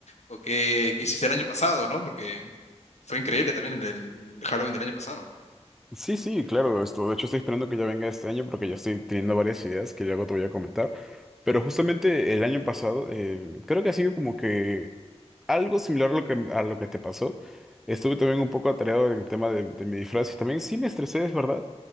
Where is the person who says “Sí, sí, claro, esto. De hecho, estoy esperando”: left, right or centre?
Centre